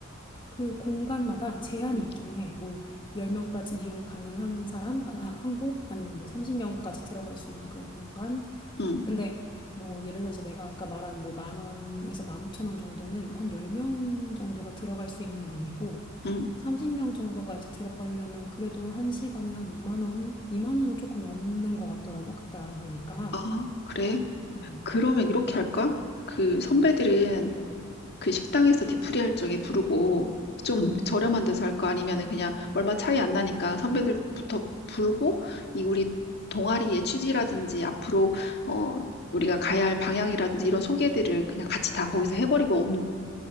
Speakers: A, on the left; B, on the left.
A: 그 공간마다 제한이
B: 응,
A: 있기는 해. 뭐 10명까지 이용 가능한 사람 아, 아, 한 곳, 아니면 뭐 30명까지 들어갈 수 있는 그런 공간.
B: 응,
A: 근데 뭐 예를 들어서 내가 아까 말한 뭐 만 원에서 만 오천 원 정도는 한 10명 정도가 들어갈 수 있는 룸이고
B: 응.
A: 30명 정도가 이제 들어가려면 그래도 한 시간에 한 2만 원, 2만 원은 조금 넘는 것 같더라고. 그때 알아보니까.
B: 아, 그래?
A: 음.
B: 그러면 이렇게 할까? 그 선배들은 그 식당에서 디프리 할 적에 부르고 좀 저렴한 데서 할까? 아니면은 그냥 얼마 차이 안 나니까 선배들부터 부르고 이 우리 동아리의 취지라든지 앞으로 어 우리가 가야 할 방향이라든지 이런 소개들을 그냥 같이 다 거기서 해버리고 음,